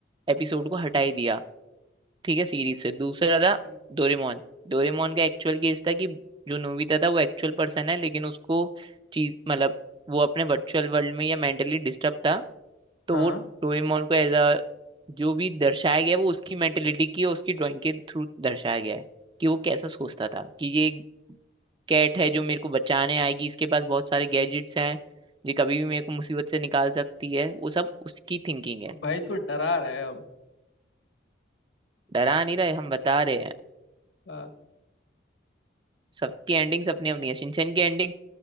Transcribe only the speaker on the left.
हम्म।
हाँ
भाई तू डरा रहा है अब
हाँ